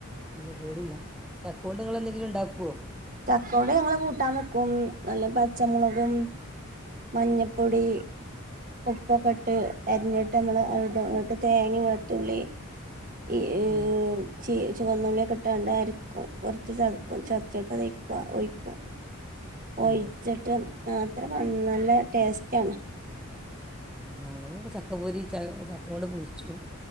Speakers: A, in the centre; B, on the right.
A: ഇല്ല കേടില്ല ചക്കോണ്ട് നിങ്ങള് എന്തെങ്കിലും ഇണ്ടാക്കുവോ
B: ചക്കോണ്ട് ഞങ്ങള് കൂട്ടാൻ വെക്കും നല്ല പച്ചമൊളകും മഞ്ഞപ്പൊടി ത ഉപ്പൊക്കെ ഇട്ട് അരിഞ്ഞിട്ട് നമ്മള് അ അങ്ങിട്ട് തേങ്ങ, വെളത്തുള്ളി ഈ
A: ആഹ്
B: ചാ ള്ളിയൊക്കെട്ട് അരക്കും കൊറച്ച് ചതയ്ക്കു ചതച്ചിട്ട് ഒയ്ക്കുക ഒയിക്കും ഒയ്ച്ചിട്ട്
A: ഏഹ്
B: മാത്രം നല്ല ടെസ്റ്റാണ്
A: ഞങ്ങളിവിടെ ചക്കപൊരി ച ചക്കകൊണ്ട് പൊരിച്ചും